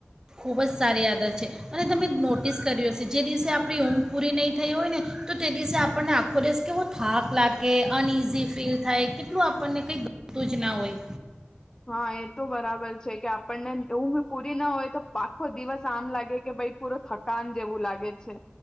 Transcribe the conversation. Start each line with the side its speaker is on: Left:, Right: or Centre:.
Right: ખૂબ જ સારી આદત છે અને તમે નોટિસ કર્યો છે જે દિવસે આપણી ઊંઘ પૂરી નહીં થઈ હોય ને તો તે દિવસે આપણને આખો દેશ કેવો થાક લાગે અનઇઝી ફીલ થાય કેટલું આપણને કંઈક ગમતું જ ના હોય
Left: હા એ તો બરાબર છે કે આપણને હું પૂરી ના હોય તો આખો દિવસ આમ લાગે કે ભઈ પૂરો થકાન જેવું લાગે છે